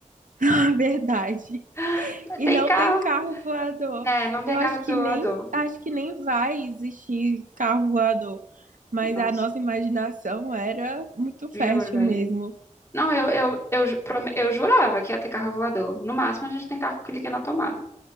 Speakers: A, on the right; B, on the left.
A: <laughs> É verdade.
B: <laughs>
A: E
B: Tem
A: não
B: carro?
A: tem carro voador.
B: É, não tem
A: Eu
B: carro
A: acho que
B: voador.
A: nem acho que nem vai existir carro voador. Mas
B: Nossa,
A: a nossa imaginação era muito
B: juro,
A: fértil
B: velho.
A: mesmo.
B: Não, eu, eu, eu, ju- prome- eu jurava que ia ter carro voador. No máximo, a gente tem carro que liga na tomada.